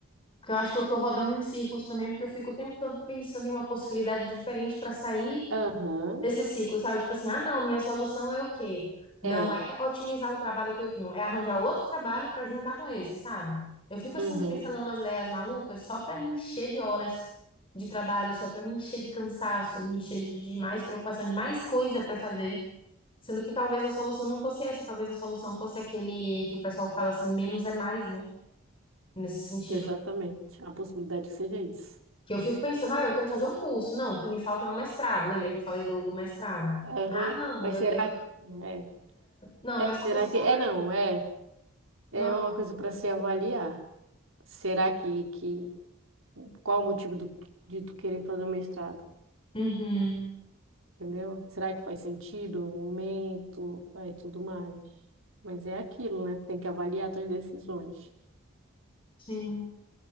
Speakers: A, on the left; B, on the right.
A: Porque eu acho que eu tô rodando em círculos também, porque eu fico o tempo todo pensando em uma possibilidade diferente para sair
B: Aham,
A: desse ciclo, sabe? Tipo assim, ah, não, minha solução é o quê? Não
B: é.
A: é otimizar o trabalho que eu tenho, é arranjar outro trabalho para juntar com esse, sabe? Eu fico assim
B: Uhum,
A: pensando em umas ideias malucas só para me encher de horas de trabalho, só para me encher de cansaço, me encher de, de mais preocupação, de mais coisa para fazer, sendo que talvez a solução não fosse essa, talvez a solução fosse aquele que o pessoal fala assim, menos é mais, né? Nesse sentido.
B: exatamente. A possibilidade que seja isso.
A: Que eu fico pensando, ah, eu tenho que fazer um curso. Não, o que me falta é um mestrado. Lembra que eu falei do, do mestrado?
B: Aham,
A: Ah, não,
B: mas
A: eu,
B: será
A: eu
B: que... É,
A: Não,
B: É,
A: minha solução
B: será que... É,
A: é.
B: não, é. É
A: Não.
B: uma coisa para se avaliar. Será que, que... Qual o motivo do, de tu querer fazer o mestrado?
A: Uhum.
B: entendeu? Será que faz sentido no momento? Aí tudo mais. Mas é aquilo, né? Tem que avaliar tuas decisões.
A: Sim.